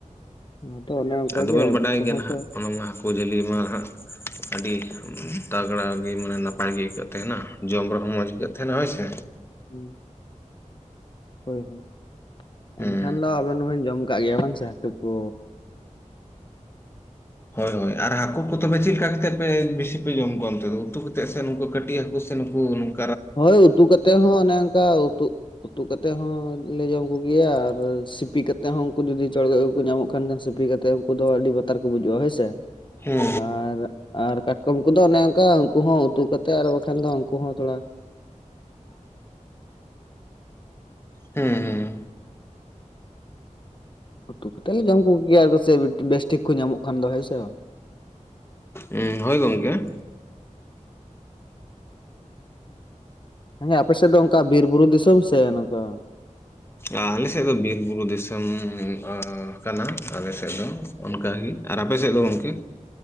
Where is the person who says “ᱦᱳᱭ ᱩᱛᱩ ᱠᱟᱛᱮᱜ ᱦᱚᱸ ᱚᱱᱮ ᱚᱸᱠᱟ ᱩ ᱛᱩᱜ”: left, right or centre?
Left